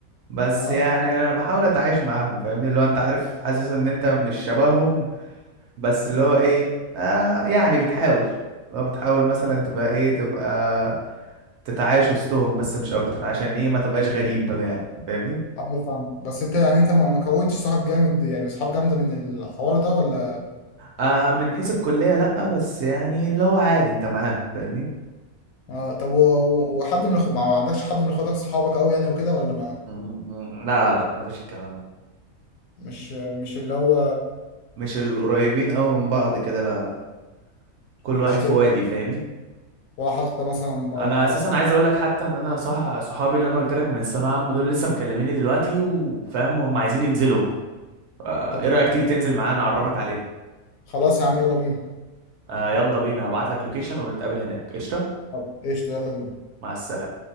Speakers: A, on the right (about 65°); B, on the left (about 85°).
A: بس
B: اه
A: يعني انا بحاول اتعايش معاهم فاهمني اللي هو انت عارف حاسس ان انت مش شبههم بس اللي هو ايه آه يعني بتحاول اللي هو بتحاول مثلا تبقى ايه تبقى تتعايش وسطهم بس مش اكتر عشان ايه ما تبقاش غريب بقى يعني فاهمني
B: اه فاهم بس انت يعني انت ما ما كونتش صحاب جامد يعني صحاب جامده من الحوار ده ولا
A: آه من حيث الكلية لأ بس يعني اللي هو عادي انت معاهم فاهمني
B: اه طب و- و- وحد من اخو ما ما عندكش حد من اخواتك صحابك قوي يعني وكده ولا ما
A: م- م- لا لا مفيش الكلام ده
B: مش مش اللي هو
A: مش القريبين قوي من بعض كده لا لا كل
B: مش
A: واحد
B: كده
A: في وادي فاهمني
B: ولا حتى مثلا ما-
A: انا اساسا عايز اقول لك حتى ان انا صح صحابي اللي انا قلت لك من الثانويه العامه دول لسه مكلميني دلوقتي وفاهم هم عايزين ينزلوا آه،
B: طب
A: ايه
B: ما-
A: رايك تيجي تنزل معانا اعرفك عليهم
B: خلاص يا عم يلا بينا
A: آه، يلا بينا هبعت لك لوكيشن ونتقابل هناك قشطه
B: طب قشطة يلا بينا
A: مع السلامه